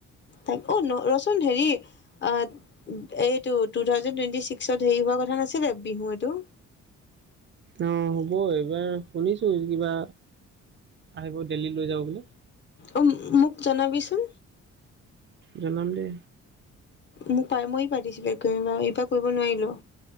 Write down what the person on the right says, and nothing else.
অ হ'ব এইবাৰ শুনিছো কিবা আহিব দেল্লী লৈ যাওঁ বুলি।
জনাম দে।